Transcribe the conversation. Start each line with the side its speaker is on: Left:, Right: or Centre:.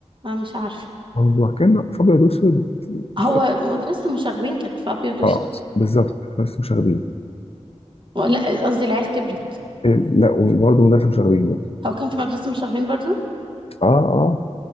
Right: انا مش عارفة
Left: هو كان في ابيض واسود مش
Right: هو
Left: فاكر
Right: مدرسة المشاغبين كانت في أبيض وأسود
Left: اه بالظبط بس مشاغبين
Right: و- لا قصدي العيال كبرت
Left: إيه لا وبرضه مدرسه مشاغبين برضه
Right: هو كان في مدرسة المشاغبين برضو
Left: اه اه